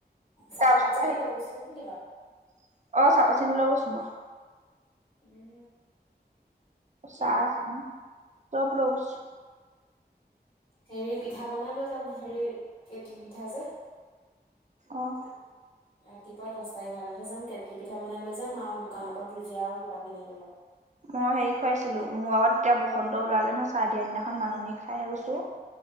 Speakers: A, on the left; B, on the right.
A: চাহপাত
B: তাৰপিছতে
A: চেনি লৈ গৈছিলে নেকি তই?
B: <inaudible> অহ চাহ - পাত চেনি লৈ গৈছো মই।
A: উম। <unintelligible>
B: চাহ চেনি চব লৈ গৈছো
A: হেৰি পিঠা বনাই লৈ যাম হেৰি কেটলি পিঠা যে
B: অহ
A: ৰাতিপুৱা দচটা এঘাৰটাতহে যাম কেটলি পিঠা বনাই লৈ যাম আৰু দোকানৰ পৰা ভুজিয়া আৰু কিবা কিনি লৈ ল'ম।
B: মই হেৰি খুৱাইছিলো মোৰ আগত এতিয়া বসন্ত ওলালে নহয় চাহ দিয়া দিনাখন মাননি খাইহে গৈছো।